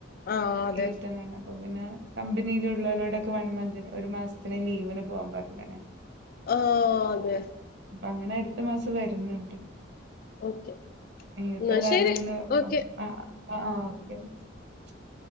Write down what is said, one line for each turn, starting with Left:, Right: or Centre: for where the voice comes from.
Left: ആഹ് അതെ
Right: ഈ യുദ്ധം കാരണം അപ്പൊ പിന്നെ കമ്പനിലുള്ളവരോടൊക്കെ വൺ മന്തിന് ഒരു മാസത്തിന് ലീവിന് പോവാ പറ <unintelligible>
Left: ആഹ് അതെ
Right: അപ്പൊ അങ്ങനെ അടുത്ത മാസം വരുന്ന്
Left: ഓക്കെ
Right: യുദ്ധം
Left: എന്നാ
Right: കാരണം
Left: ശരി
Right: അങ്ങനെ
Left: ഓക്കെ
Right: അ ആ ഓ <unintelligible>